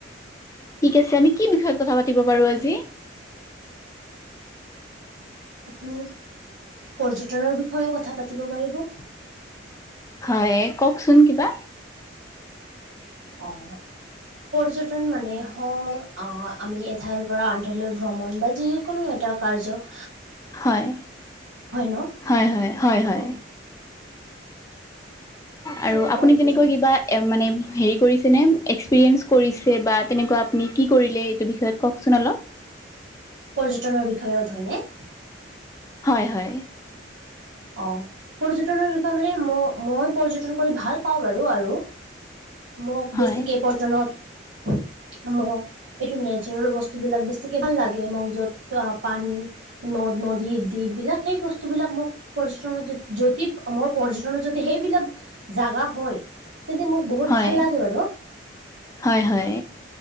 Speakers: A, on the left (about 15°); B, on the right (about 90°).
A: ঠিক আছে আমি কি বিষয়ত কথা পাতিব পাৰোঁ আজি?
B: উ - উম, পৰ্যটনৰ বিষয়ে কথা পাতিব পাৰিব।
A: হয় কওকচোন কিবা?
B: অ অ। পৰ্যটন মানে হও আহ আমি এঠাইৰ পৰা আনঠাইলৈ ভ্ৰমণ বা যি কোনো এটা কাৰ্যক
A: হয়,
B: ন
A: হয় হয় হয় হয়।
B: অ সেইটোৱে
A: আৰু আপুনি
B: পৰ্যটন
A: কেনেকৈ কিবা এ মানে হেৰি কৰিছেনে এক্সপিৰিয়েঞ্চ কৰিছে বা তেনেকুৱা আপুনি কি কৰিলে? টো বিষয়ে কওঁকচোন অলপ।
B: পৰ্যটনৰ বিষয়ত হয়নে?
A: হয় হয়।
B: অ', পৰ্যটনৰ বিষয়ে মানে ম-মই পৰ্যটন কৰি ভাল পাওঁ বাৰু আৰু মোক
A: হয়
B: বেছিকে পৰজনত মোক এইটো নেচাৰেল বস্তুবিলাক বেছিকে ভাল লাগে, মোক য'ত পানী নদ, নদী, দিপবিলাক সেই বস্তু বিলাক মোক পৰ্যটনত <unintelligible> যদি মোৰ পৰ্যটনত যদি সেইবিলাক জাগা হয়, তেন্তে মোক বহুত
A: হয়
B: ভাল লাগে বাৰু।
A: হয় হয়,